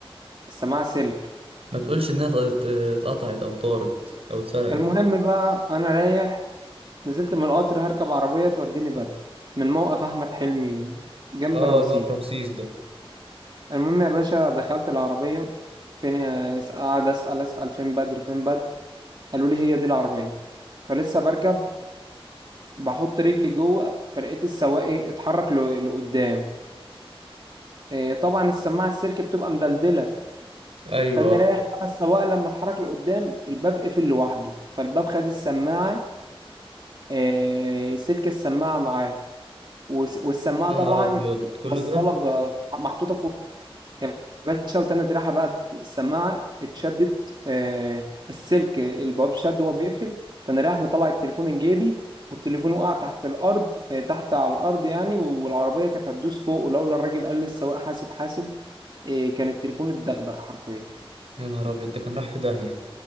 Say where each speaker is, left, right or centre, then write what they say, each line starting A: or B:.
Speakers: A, on the right; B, on the right.
A: السماعة سلك
B: ما تقولش إنها ات- اتقطعت أو طارت أو اتسرقت
A: المهم بقى أنا رايح نزلت من القطر هركب عربية توديني بدر من موقف أحمد حلمي جنب
B: اه
A: رمسيس
B: اللي هو في رمسيس ده
A: المهم يا باشا دخلت العربية فين يا- قاعد أسأل أسأل فين بدر فين بدر قالوا لي هي دي العربية فلسه بركب بحط رجلي جوه فلقيت السواق إيه اتحرك ل- لقدام إيه طبعا السماعة السلك بتبقى مدلدلة
B: ايوه
A: تاني
B: آه.
A: رايح بقى السواق لما اتحرك لقدام الباب قفل لوحده فالباب خد السماعة آه، سلك السماعة معاه والس- والسماعة
B: يا
A: طبعا
B: نهار ابيض كل
A: موصلة
B: ده
A: ب- محطوطة فوق يا باشا وتاني ريحة بقى السماعة اتشدت آه، السلك الباب شد وهو بيقفل تاني رايح مطلع التليفون من جيبي والتليفون وقع تحت الأرض آه، تحت على الأرض يعني والعربية كانت هتدوس فوق ولولا الراجل قال للسواق حاسب حاسب آه، كان التليفون اتدغدغ حرفيا
B: يا نهار ابيض ده كان راح في داهيه